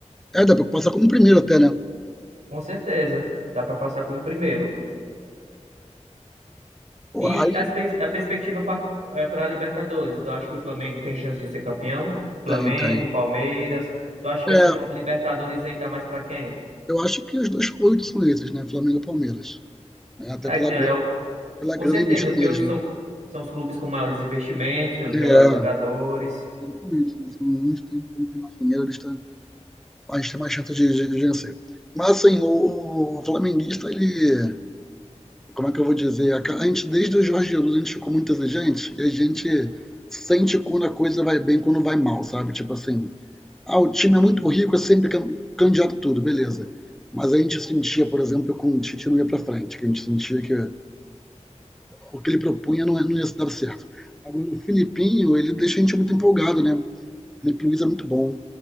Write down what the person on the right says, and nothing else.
Com certeza, dá para passar como primeiro.
E
as pers- a perspectiva para a Libertadores? Tu acha que o Flamengo tem chance de ser campeão? Flamengo,
Palmeiras. Tu acha que
essa Copa Libertadores aí tá mais para quem?
É
que tem,
é, o-
com
certeza,
porque
os
são, são os clubes com maiores investimentos, tem os melhores
jogadores.